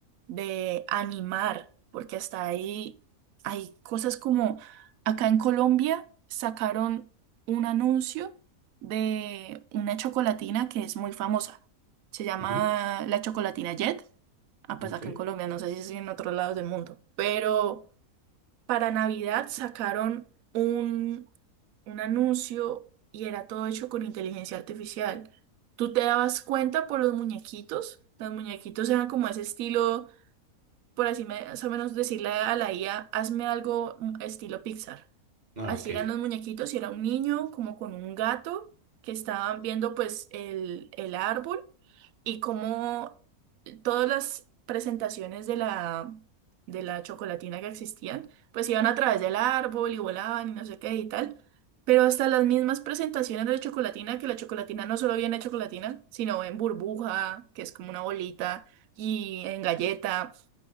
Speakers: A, on the right (about 75°); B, on the right (about 30°).
A: de animar, porque hasta ahí hay cosas como acá en Colombia sacaron un anuncio de una chocolatina que es muy famosa. Se llama
B: Ujú,
A: la chocolatina Jet. Ah,
B: Ok.
A: pues acá en Colombia, no sé si es en otros lados del mundo, pero para Navidad sacaron un, un anuncio y era todo hecho con inteligencia artificial. Tú te dabas cuenta por los muñequitos. Los muñequitos eran como ese estilo por así más o menos decirle a la IA, hazme algo mm, estilo Pixar.
B: Ah,
A: Así
B: ok.
A: eran los muñequitos y era un niño como con un gato que estaban viendo pues el, el árbol y como todas las presentaciones de la, de la chocolatina que existían, pues iban a través del árbol y volaban y no sé qué y tal. Pero hasta las mismas presentaciones de la chocolatina, que la chocolatina no solo viene en chocolatina, sino en burbuja, que es como una bolita, y en galleta.